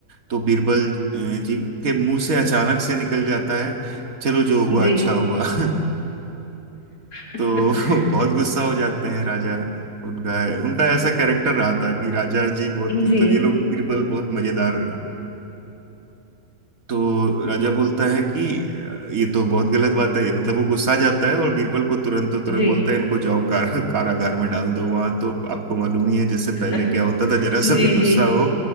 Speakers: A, on the right; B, on the left.
A: तो बीरबल अ, जी के मुंह से अचानक से निकल जाता है चलो जो हुआ
B: जी
A: अच्छा हुआ <laughs>
B: <laughs>
A: तो बहुत गुस्सा हो जाते हैं राजा उनका उनका ऐसा कैरेक्टर रहा था कि राजा जी बहुत मतलब
B: जी
A: ये लोग बीरबल बहुत मजेदार तो राजा बोलता है कि ये तो बहुत गलत बात है ये मतलब वो गुस्सा आ जाता है और बीरबल को तुरंत तो तुरंत
B: जी
A: बोलता है इनको जाओ कार, <laughs> कारागार में डाल दो वहां तो आपको मालूम ही है जैसे
B: <laughs>
A: पहले क्या होता था जरा
B: जी
A: सा भी गुस्सा
B: जी
A: हो